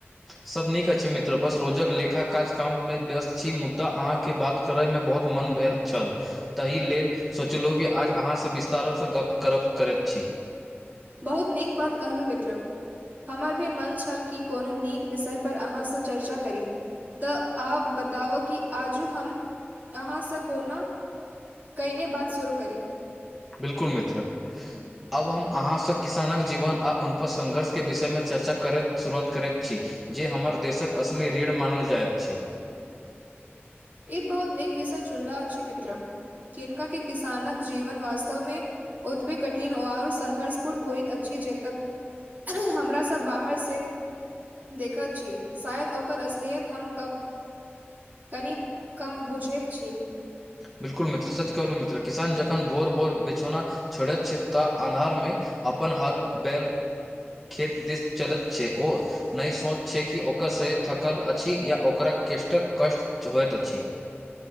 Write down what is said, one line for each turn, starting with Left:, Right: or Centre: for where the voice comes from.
Centre: सब नीक अछि मित्र बस रोजक लेखा काज काम मे व्यस्त छी मुदा अहाँकेँ बात करैमे बहुत मन भेल छल तहि लेल सोचलहुँ कि आज अहाँसँ विस्तारसँ गप्प करप करैत छी
Right: बहुत नीक बात कहलहुँ मित्र हमर भी मन छल कि कोनो नीक विषय पर अहाँसँ चर्चा करी तऽ आब बताब कि आजू हम अहाँसँ कोना कईने बात शुरू करि
Centre: बिलकुल मित्र आब हम अहाँसँ किसानक जीवन आ उनपर संङ्घर्षके विषयमे चर्चा करैत शुरुआत करैत छी जे हमर देशक असली रीढ़ मानल जाइत छी
Right: ई बहुत नीक विषय चुनला अछि मित्र किनका के किसानक जीवन वास्तव मे ओतबी कठिन आउर संघर्ष पूर्ण होइत अछि जेतक हमरास बाहरसे देखत छी शायद ओकर असलियत हम कब कनि कम बुझैत छी
Centre: बिल्कुल मित्र सच कहलहुँ मित्र किसान जखन भोर भोर बेछौना छोड़ैत छै तऽ आन्धारमे अपन हल बैल खेत दिस चलैत छै ओ नहि सोच छै कि ओकर शरीर थकल अछि या ओकरा कष्टक कष्ट होइत अछि